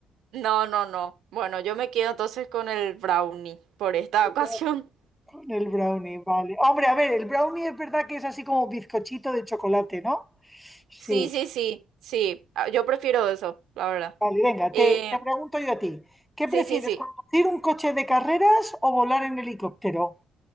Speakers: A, on the right; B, in the centre.
A: No, no, no. Bueno, yo me quedo entonces con el brownie por esta
B: Se
A: <laughs> ocasión.
B: queda con el brownie, vale. Hombre, a ver, el brownie es verdad que es así como bizcochito de chocolate, ¿no? Sí.
A: Sí, sí, sí, sí. Ah, Yo prefiero eso, la verdad.
B: Vale, venga,
A: Eh,
B: te, te pregunto yo a ti. ¿Qué
A: sí,
B: prefieres,
A: sí, sí.
B: conducir un coche de carreras o volar en helicóptero?